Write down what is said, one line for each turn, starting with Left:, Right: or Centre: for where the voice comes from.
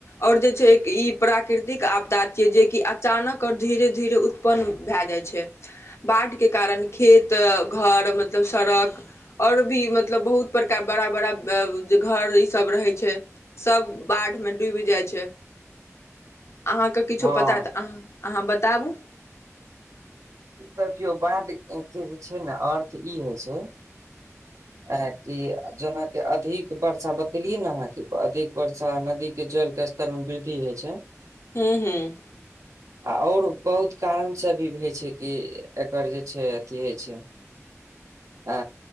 Left: और जे छै ई प्राकृतिक आपदा छियै जेकि अचानक और धीरे धीरे उत्पन्न भए जाइ छै प बाढ के कारण खेत घर मतलब सड़क और भी मतलब बहुत बड़का बड़ा बड़ा जे घर ईसभ रहै छै सभ बाढ़ म डुबि जाइ छै
Right: <inaudible>
Left: अहाँके किछु
Right: हँ
Left: पता तऽ अह अहाँ बताबु
Right: देखियौ बाढ़ के जे छै ने अर्थ ई होइ छै ऐ की जेनाकी अधिक वर्षा बतेलियै ने अहाँके अधिक वर्षा नदी के जल के स्तर में वृद्धि होइ छै
Left: <unintelligible>
Right: आ और बहुत कारण से भी होय छै कि एकर जे छै अथी होइ छै आ